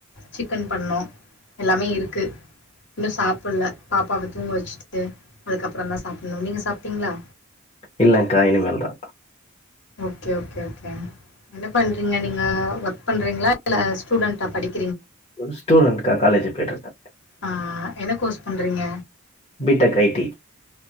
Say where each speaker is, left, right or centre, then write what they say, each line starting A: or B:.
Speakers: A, on the left; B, on the left.
A: சிக்கன் பண்ணோ எல்லாமே இருக்கு இன்னு சாப்புல்ல பாப்பாவ தூங்க வச்சுட்டு அதுக்கப்புறந்தா சாப் னும் நீங்க சாப்டீங்களா
B: இல்லங்கா இனிமேல்தா
A: ஓகே ஓகே ஓகே என்ன பண்றீங்க நீங்க ஒர்க் பண்றீங்களா இல்ல ஸ்டூடண்டா படிக்
B: ஒரு ஸ்டூடன்ட் கா காலேஜ் பெய்ட்ருக்கே
A: ஆ என்ன கோர்ஸ் பண்றீங்க
B: B tech I T